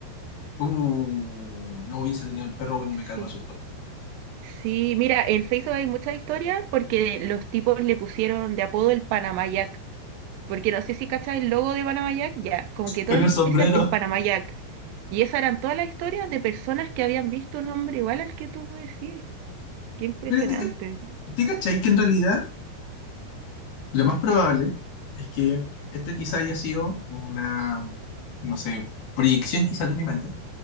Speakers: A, on the left; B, on the right.
A: Uh, no hubiese tenido el perro, bueno, y me cago
B: Sí.
A: de susto.
B: Sí, mira, en Facebook hay muchas historias porque los tipos le pusieron de apodo el Panamayac. Porque no sé si cachas el logo de Panamayac, ya, como que todos
A: Con el
B: le
A: sombrero.
B: decían el Panamayac. Y esas eran todas las historias de personas que habían visto un hombre igual al que tú decís. Qué impresionante.
A: Pero te, ca- te cachai que en realidad lo más probable es que esto quizá haya sido una, no sé, proyección quizás de mi mente,